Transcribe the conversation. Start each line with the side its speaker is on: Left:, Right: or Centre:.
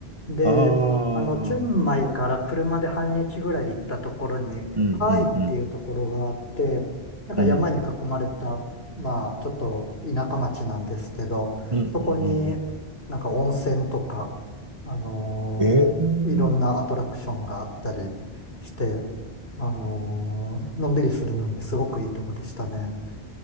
Left: で、
Right: ああー、
Left: あの、チェンマイから車で半日ぐらい行ったところに、
Right: うんう
Left: パーイっていうところがあって、
Right: ん
Left: なんか山に囲まれた、
Right: うん。うん。
Left: まあ、ちょっと田舎町なんですけど、
Right: うんうん
Left: そこになんか温泉とか、あのーいろんなアトラクションがあったりして、
Right: うんうん。ええ
Left: あのーのんびりするのにすごくいいとこでしたね。